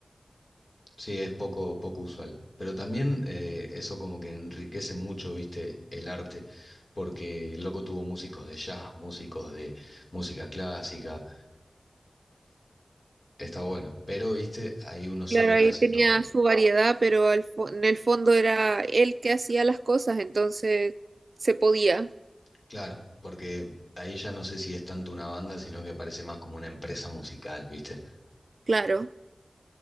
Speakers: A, on the left; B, on the right.
A: sí, es poco, poco usual. Pero también eh, eso como que enriquece mucho, viste, el arte, porque el loco tuvo músicos de jazz, músicos de música clásica Está bueno, pero viste, hay uno solo
B: Claro, ahí
A: que hace
B: tenía
A: todo.
B: su variedad, pero al fo- en el fondo era él que hacía las cosas, entonces se podía.
A: Claro, porque ahí ya no sé si es tanto una banda, sino que parece más como una empresa musical, ¿viste?
B: Claro.